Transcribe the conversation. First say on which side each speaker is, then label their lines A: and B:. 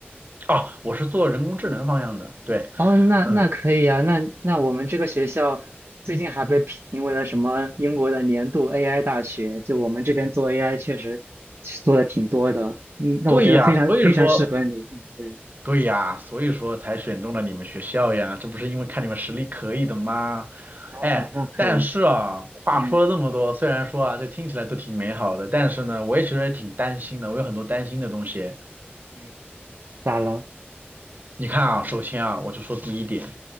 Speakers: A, on the right; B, on the right.
A: 哦，我是做人工智能方向的，对，
B: 哦，那那可以啊，
A: 嗯，
B: 那那我们这个学校最近还被评评为了什么英国的年度 AI 大学，就我们这边做 AI 确实做的挺多的，嗯，那我觉得非常非常适合你，
A: 对呀，所以说，
B: 嗯，对，
A: 对呀，所以说才选中了你们学校呀，这不是因为看你们实力可以的吗？
B: 哦，
A: 哎，
B: 那可以，
A: 但是啊，话说了这么多，
B: 嗯
A: 虽然说啊，这听起来都挺美好的，但是呢，我也其实也挺担心的，我有很多担心的东西。
B: 嗯，咋了？
A: 你看啊，首先啊，我就说第一点，